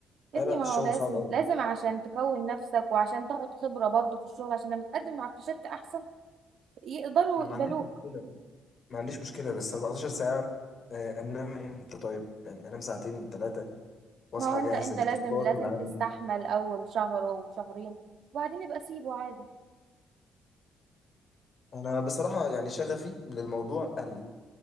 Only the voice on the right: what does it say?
يا
ابني
ما
هو لازم
لازم عشان تكون نفسك وعشان تاخد خبرة برضو في الشغل عشان لما تقدم معاك في شركة احسن يقدروا
يقبلوك
ما هو انت
انت
لازم لازم
تستحمل اول شهر وشهرين وبعدين يبقى سيبه عادي